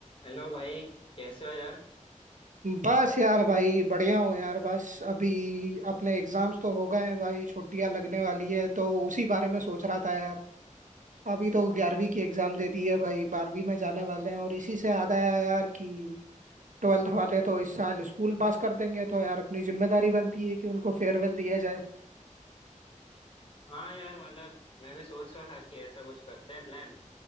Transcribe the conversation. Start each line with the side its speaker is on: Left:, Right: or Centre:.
Left: Hello भाई कैसे हो यार
Right: बस यार भाई बढ़िया हूँ यार बस अभी अपने एग्जाम्स तो हो गए हैं भाई छुट्टियां लगने वाली है तो उसी बारे में सोच रहा था यार अभी तो ग्यारहवीं की एग्जाम दे दी है भाई बारहवीं में जाने वाले हैं और इसी से याद आया यार कि ट्वेल्थ वाले तो इस साल स्कूल पास कर देंगे तो यार अपनी जिम्मेदारी बनती है कि उनको फेयरवेल दिया जाए
Left: हाँ यार मतलब मैं भी सोच रहा था कि ऐसा कुछ करते हैं प्लान